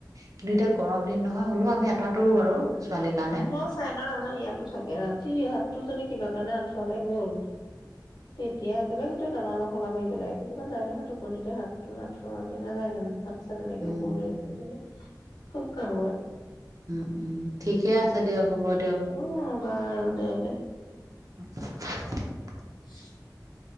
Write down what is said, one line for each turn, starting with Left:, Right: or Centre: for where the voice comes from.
Right: কিন্তু এতিয়া গৰম দিন নহয় হ'লেও আমি আঠুৱা তৰোঁ বাৰু ছোৱালীৰ কাৰণে
Left: আঠুৱা চাইদৰ আমাৰ ইয়াতো থাকে ৰাতি হাত টো যদি কিবা কাৰণে আঠুৱালে গ'ল, তেতিয়া একেবাৰে গোটেই দানা-বখলা কৰি পেলাই। কেতিয়াবা যায় নহয়, টোপনিতে হাতটো আঠুৱালে নাযায় জানো? হাত আছে তেনেকে
Right: উম
Left: ওপৰলৈ খুব কামুৰে।
Right: উ, উ। ঠিকে আছে দিয়ক হ'ব দিয়ক।
Left: অ বাৰু দে দে।
Right: <inaudible>
Left: ছিউ